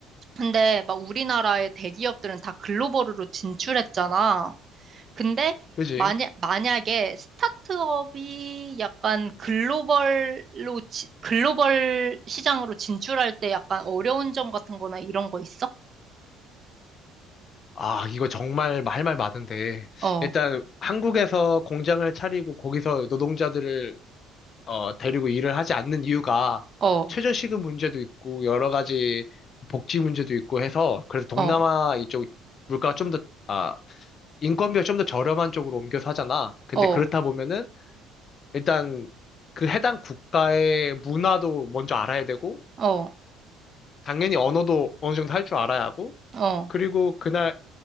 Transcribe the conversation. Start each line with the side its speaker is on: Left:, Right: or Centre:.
Right: 근데 막 우리나라의 대기업들은 다 글로벌으로 진출했잖아. 근데
Left: 그지?
Right: 만약 만약에 스타트업이 약간 글로벌로 지- 글로벌 시장으로 진출할 때 약간 어려운 점 같은 거나 이런 거 있어?
Left: 아, 이거 정말 할 말 많은데.
Right: 어,
Left: 일단 한국에서 공장을 차리고 거기서 노동자들을 어, 데리고 일을 하지 않는 이유가
Right: 어,
Left: 최저시급 문제도 있고 여러 가지 복지 문제도 있고 해서 그래서 동남아
Right: 어,
Left: 이쪽 물가가 좀 더, 아, 인건비가 좀 더 저렴한 쪽으로 옮겨서 하잖아. 근데
Right: 어,
Left: 그렇다 보면은 일단 그 해당 국가의 문화도 먼저 알아야 되고
Right: 어,
Left: 당연히 언어도 어느 정도 할 줄 알아야 하고
Right: 어,
Left: 그리고 그날